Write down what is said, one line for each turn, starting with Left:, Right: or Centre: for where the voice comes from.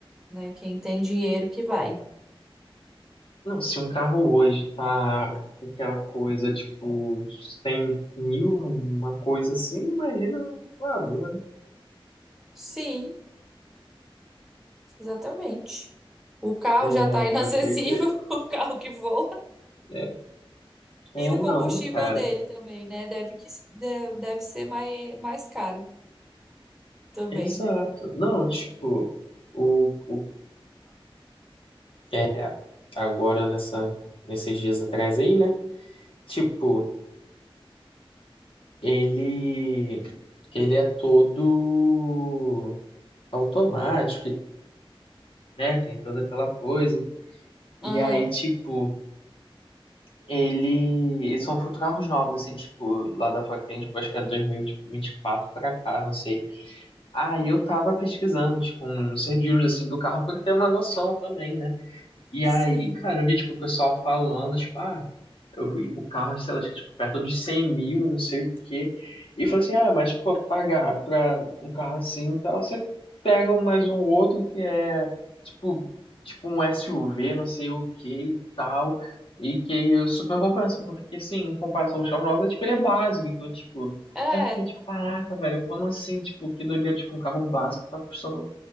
Centre: né? Quem tem dinheiro que vai.
Left: Não, se um carro hoje tá com aquela coisa, tipo, 100 mil, uma coisa assim, imagina um voador, né?
Centre: Sim, exatamente. O carro
Left: É,
Centre: já tá inacessível,
Left: doideira.
Centre: <laughs> o carro que voa,
Left: É, É,
Centre: e o
Left: não,
Centre: combustível
Left: cara.
Centre: dele também, né? Deve que de- deve ser mais, mais caro também.
Left: Exato. Não, tipo, o, o é agora nessa nesses dias atrás aí, né? Tipo, ele ele é todo automático, e, né? Tem toda aquela coisa.
Centre: Aham.
Left: E aí, tipo, ele. eles São carros novos, assim, tipo, lá da fora que tem, tipo, acho que é 2024 pra cá, não sei. Aí eu tava pesquisando, tipo, uns reviews, assim, do carro pra eu ter uma noção também, né? E
Centre: Sim.
Left: aí, cara, eu vi, tipo, o pessoal falando, tipo, ah. eu vi o carro, sei lá, acho que, é, tipo, perto dos 100 mil, não sei o quê. E falou assim, ah, mas pô, pagar pra um carro assim, então você pega um- mais um outro que é tipo, tipo um SUV, não sei o que e tal. E que aí super compensa, porque assim, em comparação ao X9, tipo, ele é básico, então, tipo,
Centre: É,
Left: aí eu fiquei tipo, caraca, velho, como assim? Tipo, que doideira, tipo, um carro básico tá custando